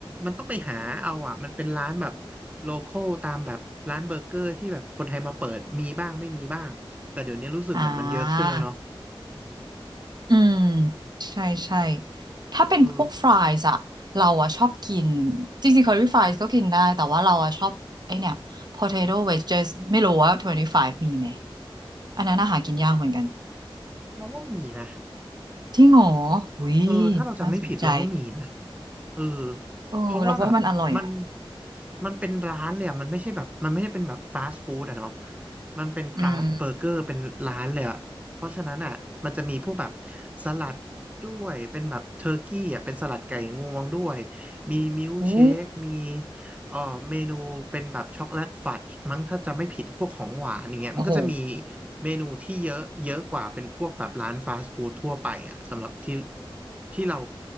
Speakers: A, on the right (about 15°); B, on the right (about 50°).
A: มันต้องไปหาเอาอ่ะมันเป็นร้านแบบโลคอลตามแบบร้านเบอร์เกอร์ที่แบบคนไทยมาเปิดมีบ้างไม่มีบ้างแต่เดี๋ยวนี้รู้สึกเหมือนมันเยอะขึ้นแล้วเนาะ
B: อ่า อืมใช่ใช่ถ้าเป็นพวกฟรายส์อะเราอะชอบกิน
A: เออ
B: จริงๆ c คอรี่ฟรายส์ก็กินได้แต่ว่าเราอะชอบไอเนี่ย potato wedges ไม่รู้ว่า25มีไหมอันนั้นอาหารกินยากเหมือนกัน
A: เราว่ามีนะ
B: จริงเหรออุ้ย
A: เออถ้าเราจำไม่ผิดเราว่ามีนะ
B: น่าสนใจ
A: เออ
B: เออเราว่ามันอร่อยอะ
A: เพราะว่าแบบมันมันเป็นร้านเลยอ่ะมันไม่ใช่แบบมันไม่ได้เป็นแบบฟาสต์ฟู้ดอะเนาะมันเป็นคราฟต์เบอร์เกอร์เป็นร้านเลยอ่ะเพราะฉะนั้นอ่ะมันจะมีพวกแบบ
B: อืม
A: สลัดด้วยเป็นแบบเทอร์กี้อ่ะเป็นสลัดไก่งวงด้วยมีมิลค์เชคมี
B: โอ้
A: เอ่อเมนูเป็นแบบช็อกโกแลตฟัดมั้งถ้าจะไม่ผิดพวกของหวานอย่างเงี้ยมันก็จะมี
B: โอ้โห
A: เมนูที่เยอะเยอะกว่าเป็นพวกแบบร้านฟาสต์ฟู้ดทั่วไปอ่ะสำหรับที่ ที่เรา